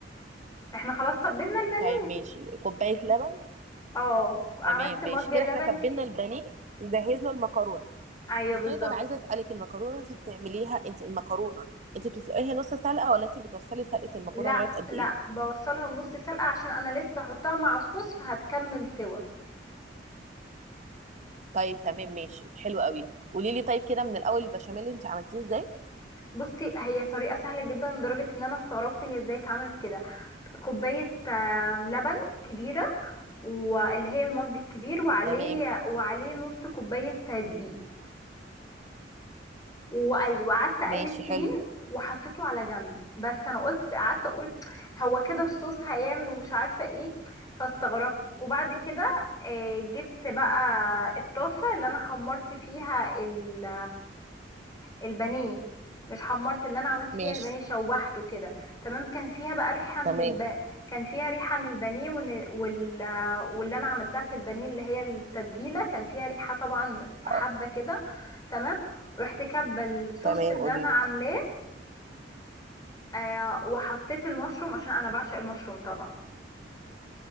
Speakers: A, on the left (about 20°); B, on the right (about 40°).
A: احنا خلاص طبينا البانيه
B: طيب ماشي كوبايه لبن
A: اه عملت
B: تمام
A: مج
B: ماشي كده
A: لبن
B: احنا تبلنا
A: ك...
B: البانيه وجهزنا المكرونه
A: ايوه
B: استني
A: بالظبط
B: طيب عايزه اسالك المكرونه انت بتعمليها انت المكرونه انت بتسلقيها نص سلقه ولا انت بتوصلي سلقه المكرونه
A: لا
B: لغايه قد
A: لا
B: ايه
A: بوصلها النص سلقة عشان انا لسه احطها مع الصوص فهتكمل سوا
B: طيب تمام ماشي حلو قوي قولي لي طيب كده من الاول البشاميل انت عملتيه ازاي
A: بصي هي طريقة سهلة جدا لدرجة ان انا استغربت هي ازاي اتعملت كده كوباية آه، لبن كبيرة واللي هي المج الكبير وعليه
B: تمام
A: وعليه نص كوباية دقيق وقل- وقعدت اقلب
B: ماشي
A: فيه
B: حلو
A: وحطيته على جنب بس انا قلت قعدت اقول هو كده الصوص هيعمل ومش عارفه ايه فاستغربت وبعد كده آه، جبت بقى الطاسه اللي انا حمرت فيها ال- البانيه مش حمرت اللي انا عملت فيها
B: ماشي
A: البانيه شوحته كده تمام كان فيها بقى ريحه من
B: تمام
A: الب... كان فيها ريحه من البانيه ون... وال... واللي انا عملتها في البانيه اللي هي التتبيله كان فيها ريحه طبعا في
B: اه
A: حبه كده تمام رحت كبه الصوص
B: تمام
A: اللي
B: قولي
A: انا
B: لي
A: عاملاه آه وحطيت المشروم عشان انا بعشق المشروم طبعا